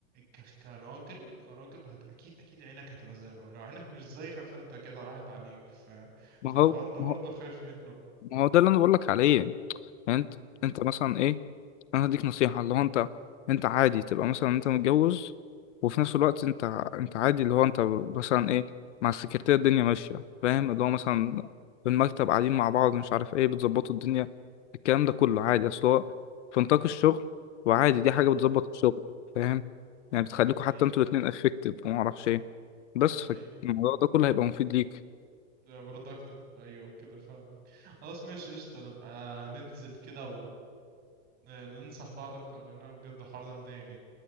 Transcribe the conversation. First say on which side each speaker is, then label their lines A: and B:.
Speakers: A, on the right; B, on the left.
A: ك- كراجل كراجل هت... اكيد اكيد عينك هتبقى زايغة ولو عينك مش زايغة فانت كده راحت عليك ف...
B: ما
A: فالحوار
B: هو
A: ده برضه
B: ما هو
A: خايف منه
B: ما هو ده اللي انا بقول لك عليه يعني انت
A: مم.
B: انت مثلا ايه انا هديك نصيحة اللي هو انت انت عادي تبقى مثلا انت متجوز وفي نفس الوقت انت
A: مم.
B: انت عادي اللي هو انت مثلا ايه مع السكرتيرة الدنيا
A: مم.
B: ماشية فاهم اللي هو مثلا
A: مم.
B: في المكتب قاعدين مع بعض مش عارف ايه بتظبطوا الدنيا الكلام ده كله عادي اصل هو في نطاق الشغل وعادي دي
A: اه
B: حاجة بتظبط الشغل فاهم
A: اه
B: يعني بتخليكوا حتى
A: ايوه
B: انتوا الاتنين افكتيف ومعرفش ايه بس
A: ايوه
B: فالموضوع ده كله هيبقى مفيد ليك
A: برودكتيف ايوه كده فاهمك خلاص ماشي قشطة نبقى ننزل كده وننصح بعض اكتر لان انا بجد الحوار ده مضايقني